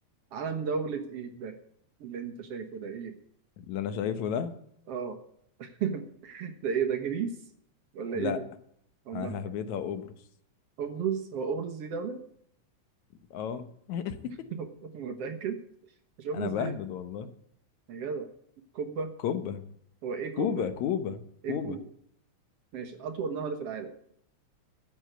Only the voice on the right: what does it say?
علم دولة إيه ده اللي أنت شايفه ده إيه؟
آه <laughs> ده إيه ده جريس ولا
إيه ده؟ أمال
قبرص هو قبرص دي دولة؟
<laughs> متأكد؟ مش قبرص
دي
يا جدع كوبا
هو إيه
كوبا دي؟
إيه
كوبا؟ ماشي أطول نهر في العالم